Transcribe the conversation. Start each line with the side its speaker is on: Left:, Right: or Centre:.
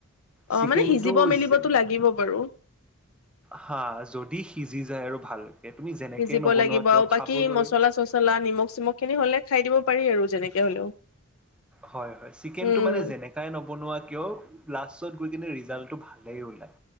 Left: অ
Centre: চিকেনটো
Left: মানে সিজিব মেলিবতো
Centre: যেনে
Left: লাগিব বাৰু
Centre: হা যদি সিজি যায় আৰু ভালকে, তুমি যেনেকে
Left: সিজিব
Centre: নবনোৱা
Left: লাগিব
Centre: কিয়
Left: আৰু বাকী
Centre: খাবলৈ
Left: মচলা নিমখ-চিমখ খিনি হ'লে খাই দিব পাৰি আৰু যেনেকে হ'লেও।
Centre: হয়, হয়, চিকেনটো
Left: উম
Centre: মানে যেনেকে ই নবনোৱা কিয় লাষ্টত গৈ কিনে ৰিজাল্টটো ভালেই ওলায়।